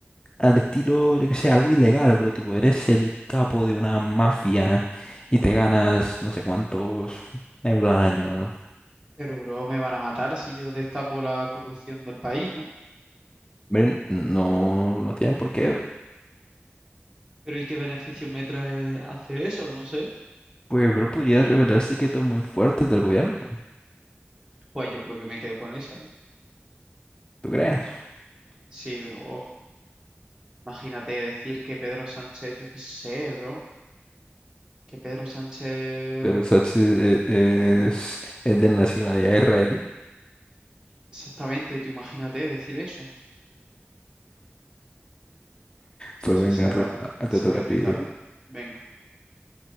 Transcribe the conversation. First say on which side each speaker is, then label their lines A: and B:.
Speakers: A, on the left; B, on the right.
A: al estilo, yo que sé, algo ilegal, pero tipo, eres el capo de una mafia y te ganas no sé cuántos euros al año, ¿no?
B: Pero, bro, me van a matar si yo destapo la corrupción del país, ¿no?
A: Hombre, no, no tienen por qué, bro.
B: Pero ¿y qué beneficios me trae hacer eso? No sé.
A: Pues, bro, podría revelar secretos muy fuertes del gobierno,
B: Pues yo creo que me quedo con esa, ¿eh?
A: ¿tú crees?
B: Sí, bro. Imagínate decir que Pedro Sánchez, yo qué sé, bro. Que Pedro Sánchez...
A: Pero Sachi es, es, es de nacionalidad israelí.
B: Exactamente, tú imagínate decir eso.
A: Pues
B: O sea,
A: venga,
B: será-
A: bro, a- te
B: sería
A: toca a ti.
B: brutal.
A: bro.
B: Venga.